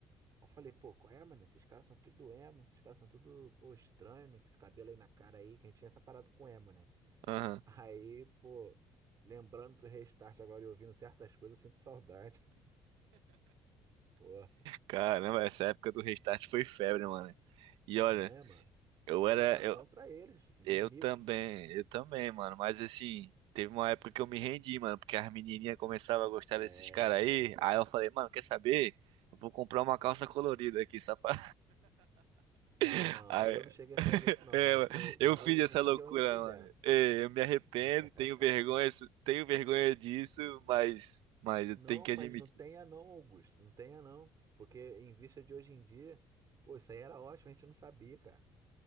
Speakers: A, on the right; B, on the right.
A: Eu falei, pô, qual é, mano? Esses caras são tudo emo, esses caras são tudo, pô, estranho, né? Com esse cabelo aí na cara aí, que a gente tinha essa parada com emo, né?
B: Aham.
A: <laughs> Aí, pô, lembrando do restart agora e ouvindo certas coisas, eu sinto saudade. <laughs> Pô,
B: Caramba, essa época do restart foi febre, mano. E olha,
A: né, mano?
B: eu
A: Eu
B: era.
A: era contra
B: Eu,
A: eles, inimigo.
B: eu também, eu também, mano. Mas assim, teve uma época que eu me rendi, mano, porque as menininhas começavam a gostar
A: É...
B: desses caras aí. Aí eu falei, mano, quer saber? Eu vou comprar uma calça colorida aqui, só pra.
A: Não,
B: <laughs>
A: não,
B: Aí,
A: eu não cheguei a fazer isso não,
B: É,
A: mas, no,
B: eu
A: mas
B: fiz
A: eu
B: essa
A: me rendi
B: loucura,
A: ao NX0.
B: mano. É, eu me arrependo,
A: <laughs>
B: tenho vergonha, tenho vergonha disso, mas, mas eu
A: Não,
B: tenho que
A: mas
B: admitir.
A: não tenha não, Augusto, não tenha não. Porque em vista de hoje em dia, pô, isso aí era ótimo, a gente não sabia, cara.